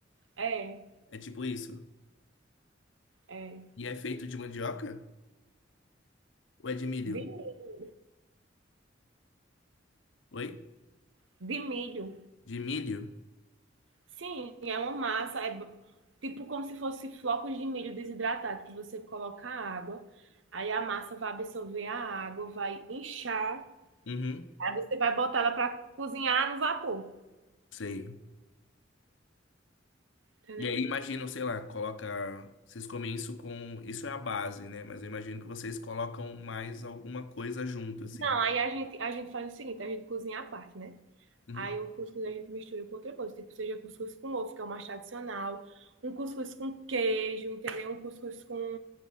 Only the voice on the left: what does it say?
É tipo isso.
E é feito de mandioca? Ou é de milho?
Oi?
De milho?
Uhum,
sei.
E aí imagino, sei lá, coloca. Vocês comem isso com. Isso é a base, né? Mas eu imagino que vocês colocam mais alguma coisa junto, assim.
Uhum.